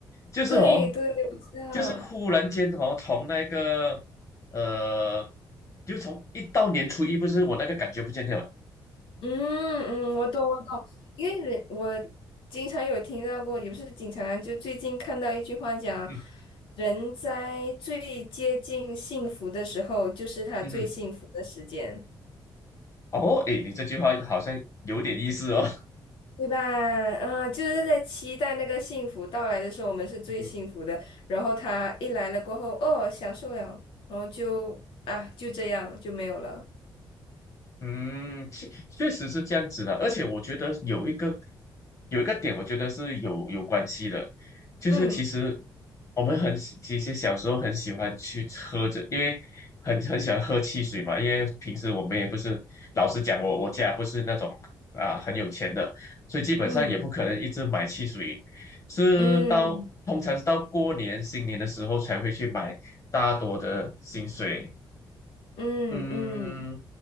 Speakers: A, on the left; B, on the left.
A: 就是哦，
B: 对对，我知道。
A: 就是忽然间哦，从那个。呃，就从一到年初一，不是我那个感觉不见掉了。
B: 嗯嗯，我懂我懂，因为人我经常有听到过，也不是经常啊，就最近看到一句话讲，
A: 嗯
B: 人在最接近幸福的时候，就是他最幸福的时间，
A: 嗯哼哦，诶，你这句话好像有点意思哦。
B: 对吧？啊，就是在期待那个幸福到来的时候，我们是最幸福的，
A: <laughs>
B: 然后他一来了过后，哦，享受了，然后就啊，就这样就没有了。
A: 嗯，确确实是这样子的，而且我觉得有一个有一个点，我觉得是有有关系的，就是其实
B: 嗯
A: 我们很喜其实小时候很喜欢去喝着，因为很很喜欢喝汽水嘛，因为平时我们也不是，老实讲我，我家不是那种啊、很有钱的，所以基本上也不可能一直买汽水，
B: 嗯
A: 是到通常是到过年新年的时候才会去买大多的薪水，
B: 嗯嗯嗯嗯，
A: 嗯，